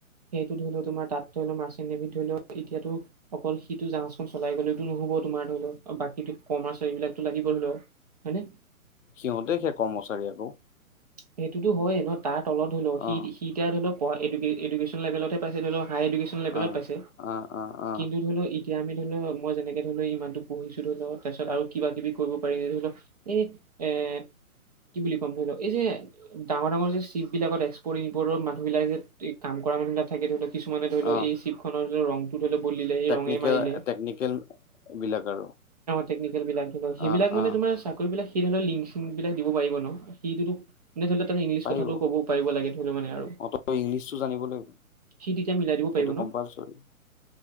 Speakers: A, on the right; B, on the left.
A: সেইটো ধৰি লও তোমাৰ তাত ধৰি লও মাৰ্চিন নেভিত ধৰি লও এতিয়াতো অকল সিটো জাহাজখন চলাই গ'লেতো নহব। তোমাৰ ধৰি লও বাকী কৰ্মাৰচাৰী বিলাকটো লাগিব ধৰি ল। হয়নে?
B: সিহঁতে হে সেই কৰ্মচাৰী আকৌ
A: সেইটোতো হয়ে ন তাৰ তলত ধৰি লও সি
B: অ
A: সিয়া ধৰি লও প এডুকেছন লেভেলতে পাইছে ধৰি লও হাই এডুকেছন লেবেলত
B: অ
A: পাইছে।
B: অ অ অ
A: কিন্তু ধৰি ল এতিয়ামি ধ লও মই যেনেকে ধৰি ল ইমানটো পঢ়িছো ধৰি ল তাৰপিত আৰু কিবা কিবি কৰিব পাৰিম যে ধৰি লও এই এ কি বুলি কম ধৰি ল এই যে, ডাঙৰ ডাঙৰ যে শ্বিপ বিলাকত এক্সপৰ্ট ইপৰ্টৰ মানুহ বিলাক যে কাম কৰা মানুহিলাকে ধৰি লও কিছুমানে ধৰি ল
B: অ
A: এই শ্বিপ ধৰি ল ৰংটো হলে বিলে এই
B: টেকনিকেল
A: ৰঙে মাৰিলে
B: টেকনিকেল বিলাক আৰু
A: টেকনিকেল বিলাক। সেইবিলাক
B: অ
A: মানে
B: অ
A: তোমাৰ চাক বিলাক। সেই লিং চিং বিলাক দিব পাৰিব ন সেই নে ধৰি ল তাত ইংলিছ
B: পাৰিব
A: কথাটো ক'ব পাৰিব লাগে। ধৰি লও মানে আৰু
B: অত ইংলিছটো জানিব লাগিব
A: সি তেতিয়া মিলাই দিব
B: সেইটো
A: পাৰিব ন
B: কম্পালচৰি